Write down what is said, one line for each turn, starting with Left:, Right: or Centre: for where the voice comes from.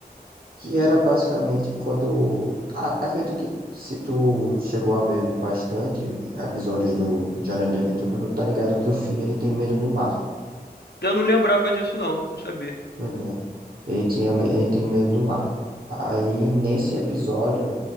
Right: que era basicamente quando. a- Acredito que se tu chegou a ver bastante episódios do Diário de Aventura, tu tá ligado que o Finn ele tem medo do mar.
Left: Eu não lembrava disso não, não sabia.
Right: Pois é, ele tinha, me- ele tem medo do mar. Aí nesse episódio.